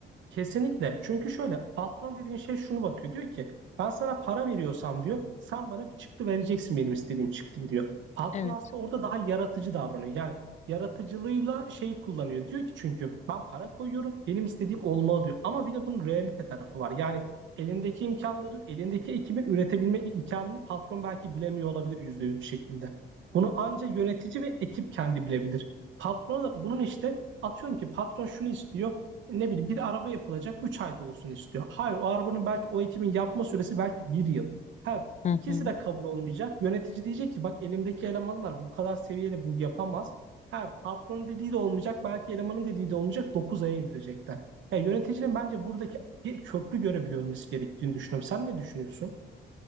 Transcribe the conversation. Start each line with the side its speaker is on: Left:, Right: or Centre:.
Right: Kesinlikle. Çünkü şöyle patron dediğin şey şunu bakıyor. Diyor ki ben sana para veriyorsam diyor sen bana bir çıktı vereceksin benim istediğim çıktıyı diyor. Patron
Left: Evet.
Right: aslında orada daha yaratıcı davranıyor. Yani yaratıcılığıyla şeyi kullanıyor. Diyor ki çünkü ben para koyuyorum benim istediğim olmalı diyor. Ama bir de bunun realite tarafı var. Yani elindeki imkanların elindeki ekibin üretebilme imkanını patron belki bilemiyor olabilir yüzde yüz bir şekilde. Bunu anca yönetici ve ekip kendi bilebilir. Patrona da bunun işte atıyorum ki patron şunu istiyor ne bileyim bir araba yapılacak 3 ayda olsun istiyor. Hayır o arabanın belki o ekimin yapma süresi belki bir yıl. Ha
Left: Hı
Right: ikisi
Left: hı.
Right: de kabul olmayacak. Yönetici diyecek ki bak elimdeki elemanlar bu kadar seviyeli bu yapamaz. Ha patronun dediği de olmayacak belki elemanın dediği de olmayacak 9 aya indirecekler. Ya yöneticinin bence buradaki bir köprü görevi görmesi gerektiğini düşünüyorum. Sen ne düşünüyorsun?